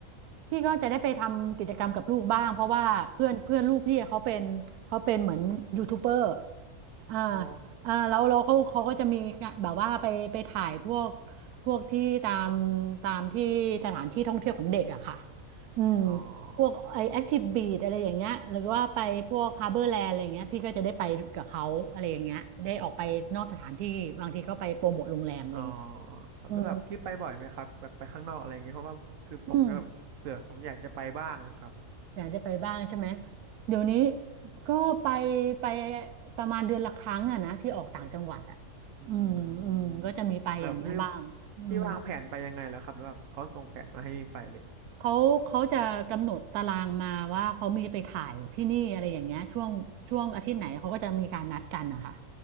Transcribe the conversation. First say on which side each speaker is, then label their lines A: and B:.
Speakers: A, on the right (about 85°); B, on the right (about 65°).
A: พี่ก็จะได้ไปทำกิจกรรมกับลูกบ้างเพราะว่าเพื่อนเพื่อนลูกพี่เขาเป็นเขาเป็นเหมือนยูทูบเบอร์อ่า
B: อ๋อ
A: อ่าแล้วเราเขาเขาก็จะมีแบบว่าไปไปถ่ายพวกพวกที่ตามตามที่สถานที่ท่องเที่ยวของเด็กอะค่ะอืม
B: อ๋อ
A: พวกไอแอคทีฟบีดอะไรอย่างเงี้ยหรือว่าไปพวกฮาร์เบอร์แลนด์อะไรอย่างเงี้ยพี่ก็จะได้ไปกับเขาอะไรอย่างเงี้ยได้ออกไปนอกสถานที่บางทีก็ไปโปรโมทโรงแรมอะไรอย่างเงี้ย
B: ครับอ๋อครับแล้วแบบพี่ไปบ่อยไหมครับแบบไปข้างนอกอะไรเงี้ยเพราะว่าคือผมก็แบบเสือกผมอยากจะไปบ้างนะครับ
A: อืมอืม อยากจะไปบ้างใช่ไหม เดี๋ยวนี้ก็ไปไปประมาณเดือนละครั้งอะนะที่ออกต่างจังหวัดอะ
B: อื
A: อืมอืมก็จะมีไปอย่างเงี้ยบ้างอืม
B: มแบบพี่พี่วางแผนไปยังไงแล้วครับแล้วแบบเขาส่งแผนมาให้ไปเลย
A: เขาเขาจะกำหนดตารางมาว่าเขามีไปถ่ายที่นี่อะไรอย่างเงี้ยช่วงช่วงอาทิตย์ไหนเขาก็จะมีการนัดกันนะคะ